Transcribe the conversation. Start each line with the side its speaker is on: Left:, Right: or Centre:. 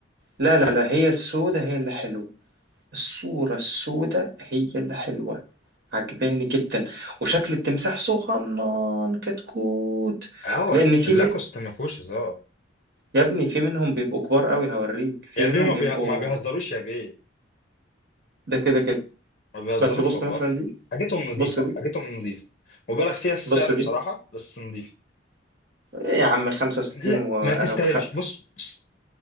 Right: لا لا لا هي السودة هي اللي حلوة الصورة السودة هي اللي حلوة عجباني جدا وشكل التمساح صغنن كتكوت
Left: اهو
Right: لان في
Left: اللاكوست
Right: من
Left: ما فيهوش هزار
Right: يا ابني في منهم بيبقوا كبار قوي هوريك في
Left: يا
Right: منهم
Left: بيه ما,
Right: بيبقوا
Left: بيه... ما بيهزروش يا بيه
Right: ده كده كده
Left: ما بيهزروش
Right: بس بص
Left: والله
Right: مثلا دي
Left: حاجتهم نظيفه
Right: بص دي
Left: حاجتهم نظيفه مبالغ فيها في السعر
Right: بص دي
Left: بصراحه بس نظيفه
Right: إيه يا عم 65
Left: لا
Right: و...
Left: ما
Right: أنا
Left: تستاهلش
Right: وخ-
Left: بص بص